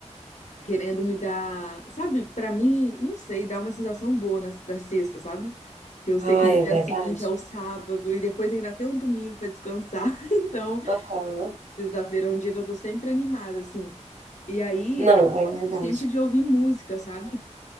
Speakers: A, on the left; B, on the right.
A: querendo me dar, sabe? Pra mim, não sei, dá uma sensação boa na, da sexta, sabe? Que eu
B: Ah,
A: sei que no
B: é
A: dia
B: verdade.
A: seguinte é o sábado e depois ainda tem um domingo pra descansar. <laughs> Então,
B: Aham.
A: sexta-feira é um dia que eu tô sempre animada, assim. E aí,
B: Não,
A: eu
B: é
A: gosto
B: verdade.
A: sempre de ouvir música, sabe?